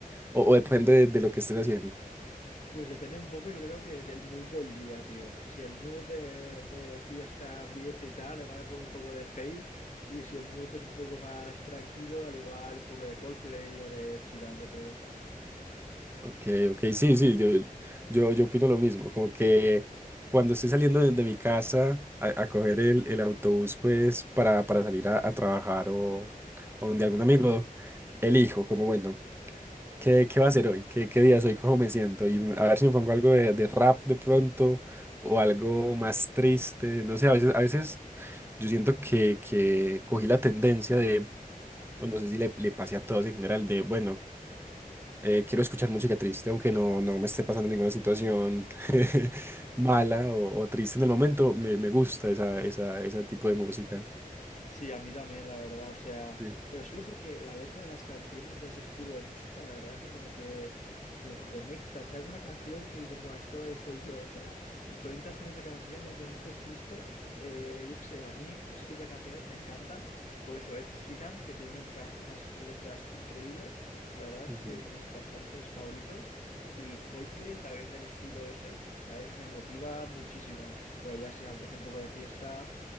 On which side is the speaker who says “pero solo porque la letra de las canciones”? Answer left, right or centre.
Left